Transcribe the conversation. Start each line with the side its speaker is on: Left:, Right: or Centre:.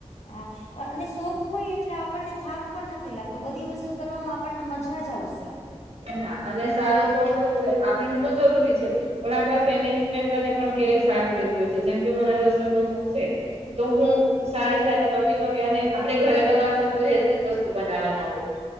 Left: આ અને શોખ હોય એટલે આપણને થાક પણ નથી લાગતો, બધી વસ્તુ કરવામાં આપણને મજાજ આવશે.
Right: એના અને સારો શોખ હોયતો આપણને તો જરૂરી છે. પણ આપણા ફેમિલી મેમ્બર ને પણ ક્યારેક સારું રહેેતું હોય છે જેમ કે મને રસોઈનો શોખ છે તો હું સારી સારી નવી નવી, અને આપડે ઘરે બનાવતા હોયતો, હેલ્ધીજ વસ્તુ બનાવવાના હોયએ.